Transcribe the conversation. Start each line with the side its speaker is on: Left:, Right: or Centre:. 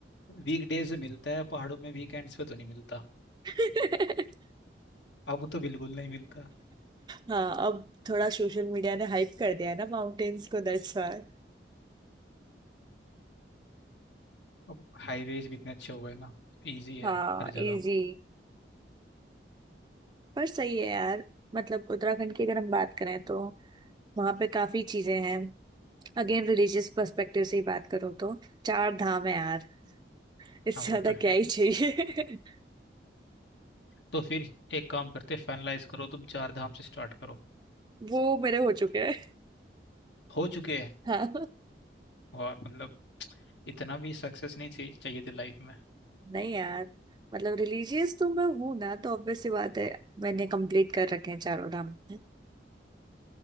Left: वीक डेज में मिलता है पहाड़ों में वीकेंड्स पे तो नहीं मिलता
Right: <laughs>
Left: अब तो बिल्कुल नहीं मिलता
Right: हाँ अब थोड़ा सोशल मीडिया ने हाइप कर दिया है ना माउंटेन्स को दैट्स व्हाई
Left: अब हाईवेज भी इतने अच्छे हो गए ना इजी है
Right: हाँ
Left: हर जगह
Right: इजी पर सही है यार मतलब उत्तराखंड की अगर हम बात करें तो वहां पे काफी चीजें हैं अगेन रिलीजियस पर्सपेक्टिव से ही बात करूँ तो चार धाम है यार इससे
Left: हाँ वो
Right: ज्यादा
Left: तो
Right: क्या
Left: है
Right: ही
Left: ही।
Right: चाहिए
Left: तो फिर एक काम करते फाइनलाइज करो तुम चार धाम से स्टार्ट करो
Right: <laughs> वो मेरे हो चुके हैं
Left: हो चुके हैं
Right: हाँ
Left: वाह मतलब इतना भी सक्सेस नहीं थी चाहिए थी लाइफ में
Right: नहीं यार मतलब रिलीजियस तो मैं हूं ना तो ऑब्वियस सी बात है मैंने कंप्लीट कर रखे हैं चारों धाम